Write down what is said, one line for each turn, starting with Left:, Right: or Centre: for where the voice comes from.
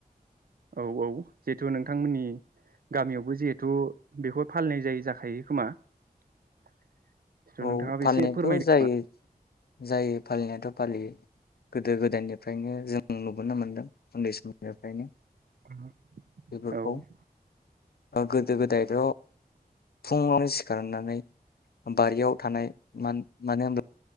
Right: औ औ जिहेतु नोंथांमोननि गामियावबो जिहेथु बेखौ फालिनाय जायो जाखायो खोमा जिथु
Left: औ
Right: नोंथाङाबो
Left: फालिनायाथ'
Right: एसे फोरमायदो
Left: जायो
Right: खोमा
Left: जायो फालिनायाथ फालियो गोदो-गोदायनिफ्रायनो जों नुबोनो मोनदों उन्दै समनिफ्रायनो
Right: खोमा
Left: बेफोरखौ
Right: औ
Left: गोदो गोदायथ फुङावनो सिखारनानै बारियाव थानाय मान मानो होनब्ला